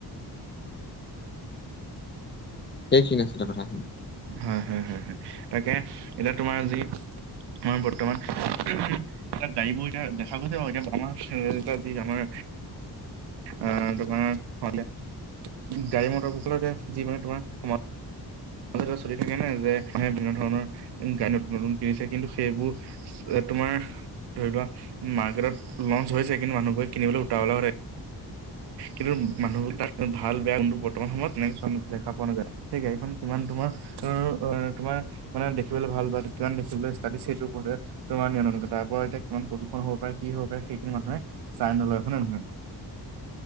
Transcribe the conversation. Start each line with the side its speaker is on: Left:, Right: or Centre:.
Left: সেইখিনি আছিলে কথা।
Right: হয় হয় হয় হয় তাকে এতিয়া তোমাৰ যি মৰ বৰ্তমান এটা গাড়ী বোৰ এতিয়া দেখা গৈছে এ আমাৰ যি এ আমাৰ অ তোমাৰ হ গাড়ী মটৰ বুক যি মানে তোমাৰ কথাটা চলি থাকে নে যে বিভিন্ন ধৰণৰ গাড়ী নতুন নতুন কিনিছে কিন্তু সেইবোৰ তোমাৰ ধৰি লোৱা মাৰ্কেটত লঞ্চ হৈছে, কিন্তু মানুহবোৰে কিনিবলৈ উটাবলা কিন্তু মানুহবোৰ তাত ভাল বেয়া কিন্তু বৰ্তমান সময়ত তেনেক দেখা পোৱা নাযায়। সেই গাড়ীখন কিমান তোমাৰ এ তোমাৰ মানে দেখিবলৈ ভাল পায় কিমান দেখিবলৈ স্তব্লিছ সেইটো ওপৰতে তোমাৰ নিয়ে তাৰ পৰা এতিয়া কিমান প্ৰদূষণ হব পাৰে কি হব পাৰে সেইখিনি মানুহে চাই নলয় হয় না নহয়?